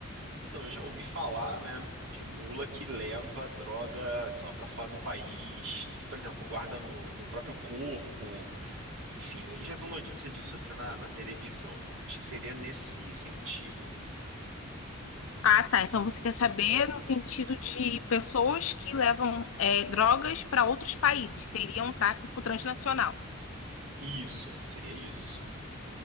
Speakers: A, on the right (about 85°); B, on the left (about 70°).
A: Então, eu já ouvi falar, né, de mula que leva droga, sei lá, para fora do país, por exemplo, guarda no, no próprio corpo, Enfim, né, a gente já viu notícia disso até na, na televisão. Acho que seria nesse sentido.
B: Ah, tá. Então você quer saber no sentido de pessoas que levam é, drogas para outros países. Seria um tráfico transnacional.
A: Isso, seria isso.